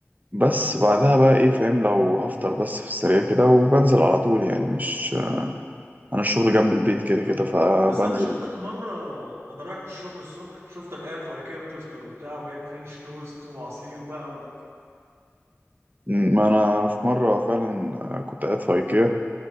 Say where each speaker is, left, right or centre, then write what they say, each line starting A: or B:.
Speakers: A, on the right; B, on the right.
A: بس بعدها بقى إيه فاهم لو هفطر بس في السريع كده وبنزل على طول يعني مش أنا الشغل جنب البيت كده كده فبنزل
B: بس انا شفتك مره وانا رايح الشغل الصبح شفتك قاعد في ايكيا بتفطر وبتاع وجايب فرنش توست وعصير بقى و...
A: ما أنا في مرة فعلا آه، كنت قاعد في أيكيا